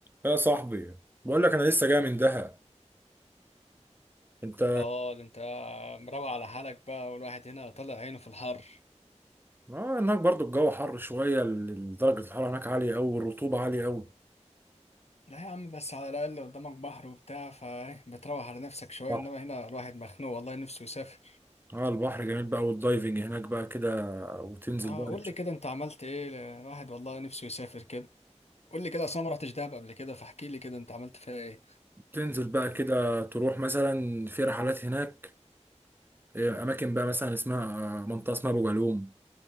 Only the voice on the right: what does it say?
يا صاحبي بقول لك انا لسه جاي من دهب انت
اه هناك برضو الجو حر شويه ال- درجه الحراره هناك عاليه قوي والرطوبه عاليه قوي
صح
اه البحر جميل بقى والدايفنج هناك بقى كده وتنزل
بقى
تشوف
تنزل بقى كده تروح مثلا في رحلات هناك آه، اماكن بقى مثلا اسمها آه، منطقه اسمها ابو جالوم